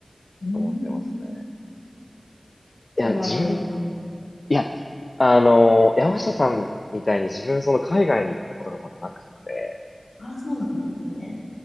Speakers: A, on the left; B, on the left.
A: うん。
B: 思ってますね。
A: それはどうい
B: いや、自分、いや、あの、山下さんみたいに自分その海外に行ったことがまだなくて、
A: あ、そうなんですね。